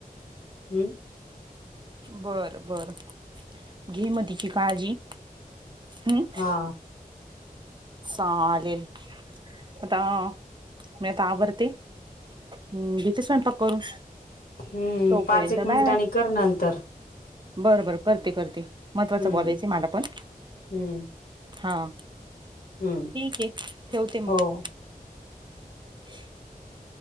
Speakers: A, on the left (about 75°); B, on the right (about 30°).
A: हम्म.
B: बर बर घे मग तिची काळजी. हम्म
A: हा
B: चालेल. आता मी आता आवरते हम्म घिते स्वयंपाक करून.
A: हम्म
B: तोपर्यंत
A: पाच, एक मिनिटांनी
B: बाय बाय
A: कर नंतर
B: बरं बरं करते करते महत्त्वाचं
A: हम्म
B: बोलायचं मला पण
A: हम्म
B: हां.
A: हम्म
B: ठीक ये ठेवते
A: हो
B: मग. <inaudible>